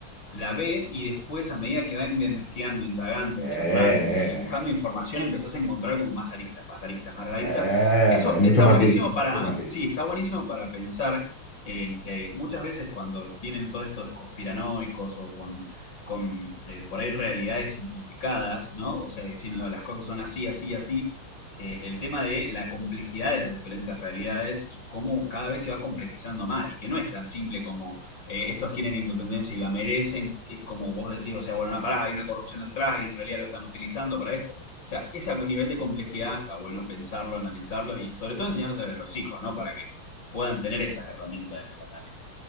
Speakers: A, on the left (about 60°); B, on the left (about 75°).
A: la ve y después a medida que va in- investigando, indagando,
B: Eh,
A: charlando y buscando información, empezás a encontrar como más aristas, más aristas, más aristas.
B: eh,
A: Eso
B: eh, mucho
A: está
B: matiz,
A: buenísimo para,
B: mucho matiz.
A: sí, está buenísimo para pensar en que muchas veces cuando vienen todos estos conspiranoicos o con, con eh, por ahí realidades simplificadas, ¿no? O sea, diciendo las cosas son así, así, así eh, el tema de la complejidad de las diferentes realidades y cómo cada vez se va complejizando más y que no es tan simple como eh, estos quieren independencia y la merecen, que es como vos decís, o sea, bueno, no, pará, hay una corrupción detrás y en realidad lo están utilizando para esto. O sea, ese nivel de complejidad está bueno pensarlo, analizarlo y sobre todo enseñárselo a los hijos, ¿no? Para que puedan tener esas herramientas en el análisis.